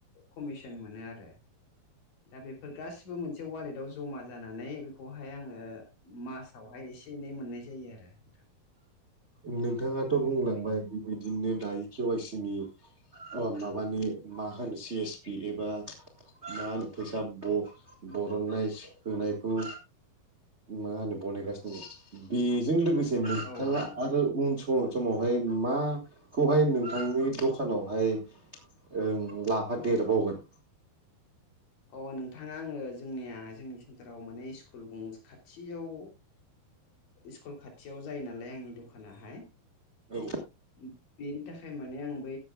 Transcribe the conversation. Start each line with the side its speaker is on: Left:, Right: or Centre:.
Left: कमिसन मोनो आरो दा बेफोर गासिबो मोनसे ववालेटाव जमा जानानै बेखौहाय आङो मासावहाय एसे एनै मोननाय जायो आरो नोंथां
Right: नोंथाङाथ' बुंलांबाय
Left: बेफोरबायदि
Right: बेबायदिनो दायो केवाइसि नि अ माबानि मा होनो सि एस पि एबा मा होनो फैसा बरननाय सोनायखौ मा होनो बनायगासिनो दं बेजों लोगोसे नोंथाङा
Left: औ औ नंगौ
Right: आरो
Left: नोंथां
Right: उन सम समावहाय माखौहाय नोंथांनि दखानावहाय ओं लाफा देरबावगोन
Left: अ नोंथाङा आङो जोंनिया जोंनि सेन्टाराव माने स्कुल ग खाथियाव स्कुल खाथियाव जायो नालाय आंनि दखानाहाय
Right: औ
Left: उ बेनि थाखाय माने आं बै